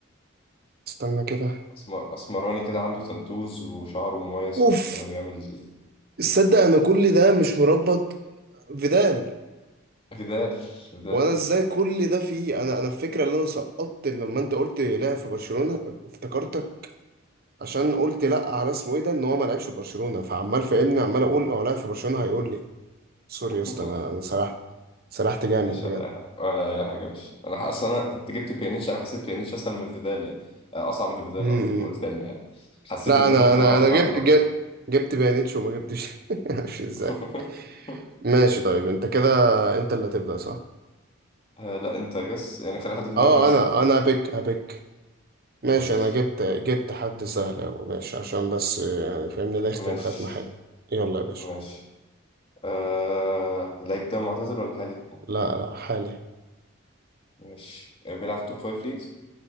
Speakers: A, on the right (about 45°); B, on the left (about 25°).
A: استنى كده
B: أسم- أسمراني كده عنده تاتوز وشعره مميز
A: اوف
B: فشخ ده بيعمل كده
A: تصدق انا كل ده مش مربط فيدال
B: بدال بدال
A: وانا ازاي كل ده فيه انا انا الفكره اللي انا سقطت لما انت قلت لعب في برشلونه افتكرتك عشان قلت لا على اسمه ايه ده ان هو ما لعبش في برشلونه فعمال فاهمني عمال اقول هو لعب في برشلونه هيقول لي سوري
B: <laughs>
A: يا اسطى انا انا سرحت سرحت جامد
B: مش
A: بجد
B: ولا أي حاجة ولا أي حاجة بس أنا ح- أصلا أنا أنت جبت بيانيتش أنا حسيت بيانيتش أسهل من فيدال يعني آه، أصعب من فيدال
A: امم
B: قصدي فقلت تاني يعني حسيت
A: لا
B: إن
A: انا
B: أنا فاهم
A: انا
B: عملت
A: انا جبت
B: حاجة غلط
A: جبت, جبت بيانيتش وما جبتش <laughs> معرفش ازاي
B: <laughs>
A: ماشي طيب انت كده انت اللي هتبدا صح
B: آه، لا أنت جس يعني خلي حد في دماغك
A: اه
B: وأنا أسألك
A: انا انا هبيك هبيك ماشي
B: ماشي
A: انا جبت جبت حد سهل أوي ماشي عشان بس يعني فاهمني نختم
B: ماشي
A: ختمة حلوة يلا يا باشا
B: ماشي آه... اللعيب ده معتزل ولا حالي؟
A: لا لا حالي
B: ماشي آه، بيلعب توب فايف ليجز